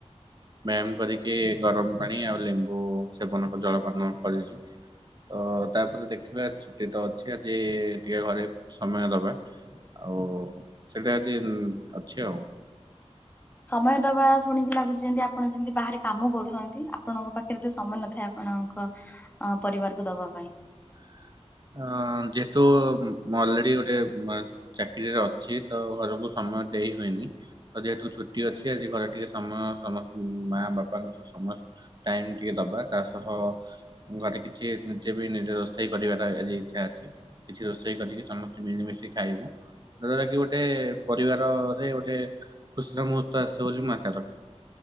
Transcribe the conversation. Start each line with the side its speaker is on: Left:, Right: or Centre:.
Right: ବ୍ୟାୟାମ କରିକି ଗରମ ପାଣି ଆଉ ଲେମ୍ବୁ ସେବନ କଲ ଜଳପାନ କରିଛି। ତ ତାପରେ ଦେଖିବା ଛୁଟି ତ ଅଛି ଆଜି ଟିକେ ଘରେ ସମୟ ଦବା। ଆଉ ସେଟା ଆଜି ଅଛି ଆଉ।
Left: ସମୟ ଦବା ଶୁଣିକି ଲାଗୁଛି ଯେମିତି ଆପଣ ଯେମିତି ବାହାରେ କାମ କରୁଛନ୍ତି। ଆପଣଙ୍କ ପାଖରେ ଏତେ ସମୟ ନଥାଏ ଆପଣଙ୍କ ଅ ପରିବାରକୁ ଦବା ପାଇଁ।
Right: <inaudible> ଅ ଯେହେତୁ ମୁଁ ଅଲରେଡି ଗୋଟେ ମ ଚାକିରିରେ ଅଛି ତ ଘରକୁ ସମ ସମୟ ଦେଇ ହୁଏନି ତ ଯେହେତୁ ଛୁଟି ଅଛି ଆଜି ଘରେ ଟିକେ ସମୟ ସମସ୍ତ ମା ବାପାଙ୍କ ସହ ସମ ଟାଇମ୍ ଟିକେ ଦବା ତା ସହ ଘରେ କିଛି ନିଜେ ବି ନିଜ ରୋଷେଇ କରିବା। ତ ଆଜି ଇଛା ଅଛି କିଛି ରୋଷେଇ କରିକି ସମସ୍ତେ ମିଳିମିଶି ଖାଇବୁ। ଯାହାଦ୍ଵାରା କି ଗୋଟେ ପରିବାରରେ ଗୋଟେ ଖୁସିର ମୁହୂର୍ତ୍ତ ଆସେ ବୋଲି ମୁଁ ଆଶା ରଖେ।